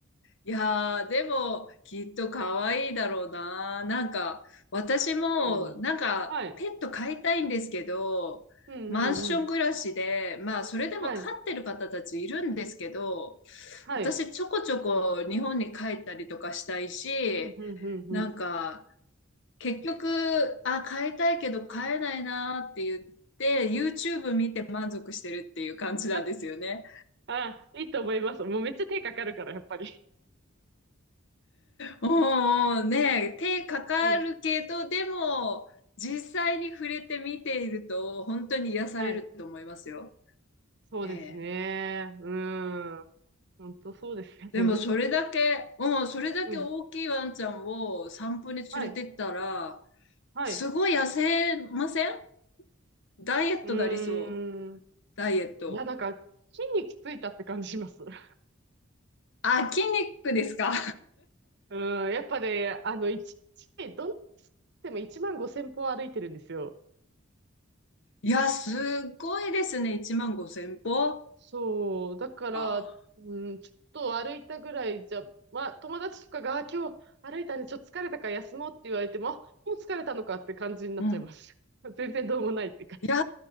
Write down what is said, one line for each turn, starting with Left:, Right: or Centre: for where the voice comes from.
Left: いやー、でも、きっと可愛いだろうな。なんか、私も、
Right: うん。
Left: なんか、
Right: はい。
Left: ペット飼いたいんですけど、
Right: うんうんうん。
Left: マンション暮らしで、まあ、それでも飼ってる方たちいるんですけど、
Right: はい。はい。
Left: 私、ちょこちょこ日本に帰ったりとかしたいし、
Right: うんうんうんうん。
Left: なんか、結局、あ、変えたいけど変えないなって言って、YouTube 見て満足してるっていう感じなんですよね。
Right: あ、あいいと思います。もうめっちゃ手かかるから、やっぱり。
Left: おうねえ、手かかるけど、
Right: うん。
Left: でも、実際に触れて見ていると、本当に癒されると思いますよ。
Right: はい。そうですね。
Left: ねえ
Right: うん。本当そうですよね。
Left: でも、
Right: <laughs> う
Left: それだけ、うん、それだけ大きいワンちゃんを散歩に連れてったら、
Right: ん。はい。はい。
Left: すごい痩せませんダイエットなりそう。
Right: うーん。
Left: ダイエット。
Right: いや、なんか、筋肉ついたって感じします。<laughs>
Left: あ、筋肉ですか
Right: うん。やっぱね、あの、一日、どんなつっても1万5千歩歩いてるんですよ。
Left: いや、すごいですね。1万5千歩わ
Right: そう。だから、
Left: あ。
Right: うん、ちょっと歩いたぐらいじゃ、まあ、友達とかが、あ今日歩いたね、ちょっと疲れたから休もうって言われても、あもう疲れたのかって感じになっちゃいます。
Left: うん。
Right: <laughs> 全然どうもないって感じ。
Left: いや